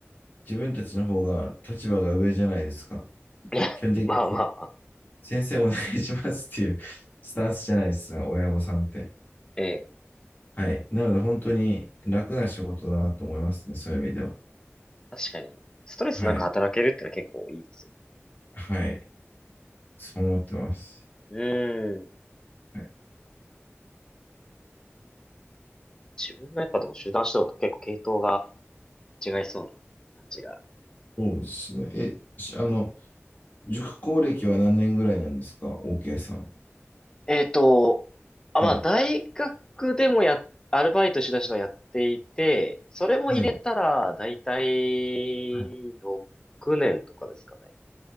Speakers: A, on the left; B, on the left.
A: 自分たちの方が立場が上じゃないですか。
B: <laughs>
A: 基本的に
B: まあまあまあ。
A: 先生お願いしますっていうスタンスじゃないですか、親御さんって。
B: ええ
A: はい。なので本当に楽な仕事だなと思いますね、そういう意味では。
B: 確かに、ストレスなく働けるってのは結構いいですよね。
A: はい。はい。そう思ってます。
B: うん。
A: はい、
B: 自分のやっぱでも集団指導と結構系統が違いそうな感じが。
A: そうですね。え、しあの、塾講歴は何年ぐらいなんですか ?OK さん。
B: えっと、あ、
A: はい。
B: まあ、大学でもや、アルバイトしだしのやっていて、それも入れたら、
A: はい。
B: だいたい6年とかですかね。
A: はい